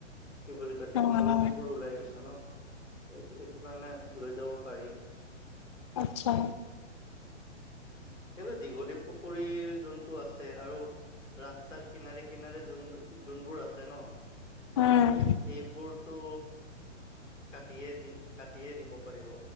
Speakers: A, on the left (about 85°); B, on the left (about 25°).
A: কি বুলি কয় টেকনলজী
B: অ',
A: বোৰ ওলাই গৈছে ন এইটো এইটো কাৰণে লৈ যাব পাৰি।
B: আচ্ছা
A: কিন্তু দীঘলী পুখুৰীৰ যোনটো আছে আৰু ৰাস্তাৰ কিনাৰে কিনাৰে যোন যোনবোৰ আছে ন।
B: উম,
A: এইবোৰটো কাটয়ে দিয়ে কাটিয়ে দিব পাৰিব